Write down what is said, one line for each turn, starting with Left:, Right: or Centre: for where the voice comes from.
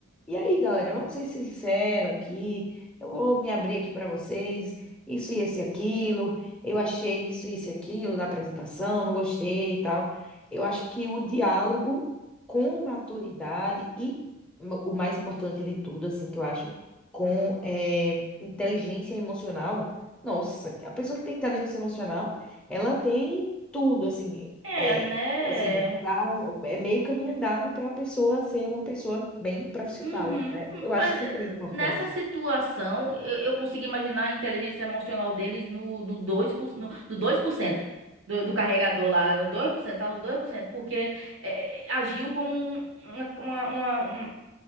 Centre: e aí, galera, vamos ser sinceros aqui. Eu vou me abrir aqui para vocês. Isso e esse e aquilo. Eu achei isso isso e aquilo na apresentação, não gostei e tal. Eu acho que o diálogo com maturidade e ma- o mais importante de tudo, assim, que eu acho, com
Right: Hum.
Centre: eh, inteligência emocional. Nossa, a pessoa que tem inteligência emocional, ela tem tudo, assim.
Right: É,
Centre: eh,
Right: né?
Centre: assim, dá um, é meio caminho andado para a pessoa ser uma pessoa bem profissional,
Right: Uhum,
Centre: né? Eu acho
Right: mas
Centre: super
Right: eh,
Centre: importante.
Right: nessa situação, eu, eu consigo imaginar a inteligência emocional deles no, no 2%, no, no 2% do, do carregador lá, no 2%, tá no 2%, porque eh, eh, agiu como um- uma, uma, uma,